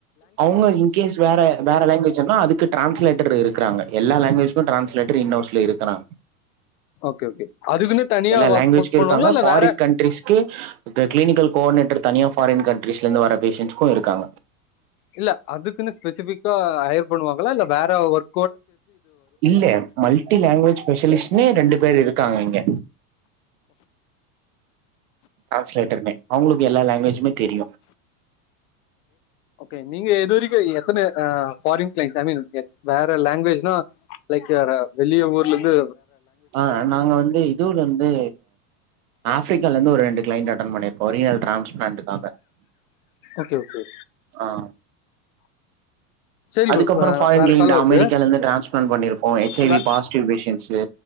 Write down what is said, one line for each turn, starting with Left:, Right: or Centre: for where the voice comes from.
Right: அவங்க இன்கேஸ் வேற வேற லங்குவேஜ்னா அதுக்கு டிரான்ஸ்லேட்டர் இருக்றாங்க எல்லா லங்வேஜ்க்கு டிரான்லேட்டர் இன் ஹவுஸ்ல இருக் குறாங்க
Left: ஓகே ஓகே அதுக்குன்னு தனியா
Right: எல்லா
Left: ஒர்க்
Right: லாங்குவேஜ்க்கு
Left: ஒர்க் பண்ணுவாங்களா
Right: இருக்காங்க
Left: இல்ல
Right: ஃபாரின்
Left: வேற
Right: கண்ட்ரிஸ்க்கு க கிளினிக்கல் கோஆர்டினேட்டர் தனியா ஃபாரின் கண்ட்ரிஸ்ல இருந்து வர பேஷன்ட்ஸ்க்கு இருக்காங்க
Left: இல்ல அதுக்குன்னு ஸ்பெசிஃபிக்கா ஹயர் பண்ணுவா ங்களா இல்ல வேற ஒர்
Right: இல்லே மல்ட்டி லேங்வேஜ் ஸ்பெஷலிஸ்ட்னே ரெண்டு பேர் இருக்காங்க இங்க ட்ரான்ஸ்லேட்டருமே அவ்ங்களுக்கு எல்லா லாங்வேஜுமே தெரியு
Left: ஓகே நீங்க எது வரைக்கு எ த்தன ஆ ஃபாரின் க்ளைன்ட்ஸ் <unintelligible> வேற லாங்வேஜ்னா லைக் அ ர வெளிய ஊர்லேந்து
Right: ஆ நாங்க வந்து இதுவ்லேர்ந்து ஆஃப்ரிக்காலந்து ஒரு ரெண்டு க்ளைண்ட் அட்டன் பண்ணி ஒரியல் டிரான்ஸ்ப்ளான்ட்டுக்காக
Left: ஓகே ஓகே
Right: ஆ
Left: சரி
Right: அதுக்கப்பறொ
Left: அஹ்
Right: ஃபாரின்
Left: வேற
Right: க்ளைண்ட்
Left: கால் வருது
Right: அமெரிக்காலர்ந்து ட்ரான்ஸ்ப்ளன்ட் பண்ணிருப்போ எச்
Left: நான்
Right: ஐ வி பாசிட்டிவ் பேஷண்ஸு